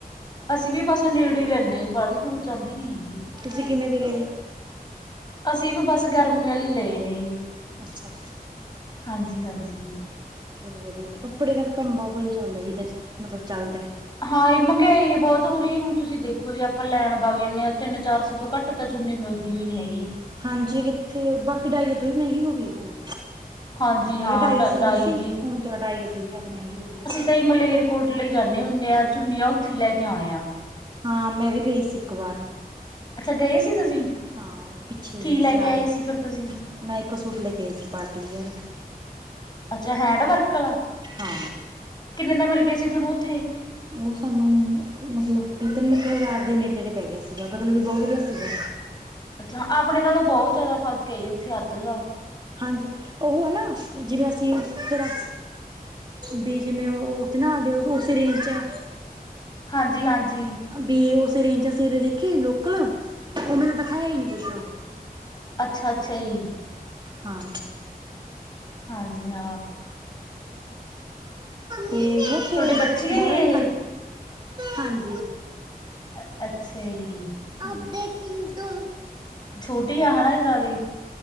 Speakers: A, on the left (about 25°); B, on the right (about 30°).
A: ਅਸੀਂ ਵੀ ਬਸ ਨੇੜੇ ਹੀ ਰਹਿੰਦੇ ਆ, ਬਾਲੀ ਦੂਰ ਜਾਂ ਦੇ ਨੀ ਹੈਗੇ।
B: ਤੁਸੀਂ ਕਿੰਨੇ ਦੀ ਲਈ?
A: ਅਸੀਂ ਵੀ ਬਸ ਗਰਮੀਆਂ ਲਈ ਲਏ ਨੇ ਜੀ।
B: ਅੱਛਾ।
A: ਹਾਂਜੀ- ਹਾਂਜੀ।
B: ਚਲੋ ਵਧੀਆ, ਕੱਪੜੇ ਦਾ ਕੰਮ ਬਹੁਤ ਵਧੀਆ ਚੱਲਦਾ, ਜੀਦਾ ਮਤਲਬ ਚੱਲਦੈ।
A: ਹਾਂ ਇਹ ਮਹਿੰਗਾਈ ਬਹੁਤ ਹੋ ਰਹੀ ਹੁਣ ਤੁਸੀਂ 'ਦੇਖੋ ਦੇਖੋ ਜੇ ਆਪਾਂ ਲੈਣ ਬਗ ਜਾਂਨੇ ਆ, ਤਿੰਨ -ਚਾਰ ਸੌ ਤੋਂ ਘੱਟ ਤਾਂ ਚੁੰਨੀ ਮਿਲਦੀ ਈਓ ਨੀ ਹੈਗੀ।
B: ਹਾਂਜੀ ਕਿੱਥੇ ਬਾਕੀ ਡਾਈ ਉਹਦੋਂ ਵੀ ਮਹਿੰਗੀ ਹੋ ਗਈ ਹੁਣ।
A: ਹਾਂਜੀ
B: ਪਹਿਲਾਂ
A: ਹਾਂ
B: ਡਾਈ ਸਹੀ ਸੀ,
A: ਵੀ
B: ਹੁਣ ਚ ਡਾਈ ਉਦੋਂ ਵੀ ਜ਼ਿਆਦੀ ਮਹਿੰਗੀ ਹੋ ਗਈ ਐ।
A: ਤੇ ਮਲੇਰਕੋਟਲੇ ਜਾਂਦੇ ਹੁੰਨੇ ਆ, ਚੁੰਨੀਆਂ ਉੱਥੇ ਹੀ ਲੈ ਕੇ ਆਉਣੇ ਆ।
B: ਹਾਂ ਮੈਂ ਵੀ ਗਈ ਸੀ ਇੱਕ ਵਾਰ।
A: ਅੱਛਾ ਗਏ ਸੀ ਤੁਸੀਂ
B: ਹਾਂ, ਪਿੱਛੇ
A: ਕੀ
B: ਜਿਹੇ
A: ਲੈ
B: ਸਿਆਲ।
A: ਕੇ ਆਏ ਸੀ ਫਿਰ ਤੁਸੀਂ
B: ਮੈਂ ਇੱਕ ਸੂਟ ਲੈ ਕੇ ਆਈ ਸੀ, ਪਾਰਟੀ ਵੀਅਰ।
A: ਅੱਛਾ ਹੈਂਡ ਵਰਕ ਆਲਾ,
B: ਹਾਂ
A: ਕਿੰਨੇ ਦਾ ਮਿਲ ਗਿਆ ਸੀ ਤੁਹਾਨੂੰ ਉੱਥੇ?
B: ਓ ਸਾਨੂੰ ਮਤਲਬ ਵੀ ਤਿੰਨ ਕ ਹਜ਼ਾਰ ਦੇ ਨੇੜੇ -ਤੇੜੇ ਪੈ ਗਿਆ ਸੀਗਾ, ਮਤਲਬ ਵੀ ਬਹੁਤ ਵਧੀਆ ਸੀਗਾ।
A: ਅੱਛਾ ਆਪਣੇ ਨਾਲੋਂ ਬਹੁਤ ਜ਼ਿਆਦਾ ਫ਼ਰਕ ਹੈ ਜੀ ਉੱਥੇ ਅੱਧ ਦਾ।
B: ਹਾਂਜੀ। ਉਹ ਹੈ ਨਾ, ਜਿਵੇਂ ਅਸੀਂ ਫਿਰ ਅ ਬੀ ਜਿਵੇਂ ਉਸਦੇ ਨਾਲ ਦੇ, ਉਸ ਰੇਂਜ ਚ
A: ਹਾਂਜੀ- ਹਾਂਜੀ।
B: ਬੀ ਉਸ ਰੇਂਜ ਚ ਫਿਰ ਦੇਖੀ ਲੋਕਲ, ਉਹਨੇ ਤਾਂ ਦਿਖਾਇਆ ਹੀ ਨਹੀਂ ਕੁਛ।
A: ਅੱਛਾ -ਅੱਛਾ ਜੀ।
B: ਹਾਂ।
A: ਹਾਂਜੀ, ਹਾਂ।
B: ਤੇ ਉਥੇ
A: ਤੁਹਾਡੀ ਬੱਚੀ
B: ਬਹੁਤ
A: ਹੈ ਜੀ
B: ਜਿਆਦਾ
A: ਇਹ
B: ਫਰਕ, ਹਾਂਜੀ।
A: ਅ ਅੱਛਾ ਜੀ!
B: ਆਪਦੇ ਤੀ ਤੂੰ।
A: ਛੋਟੀ ਆ ਹਨਾਂ ਏ ਜ਼ਿਆਦਾ ਈ?